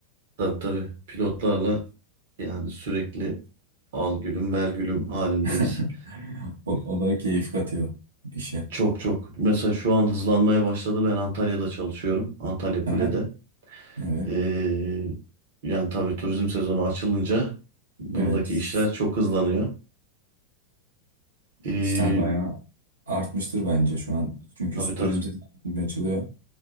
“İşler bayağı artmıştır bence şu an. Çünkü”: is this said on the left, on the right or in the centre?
Right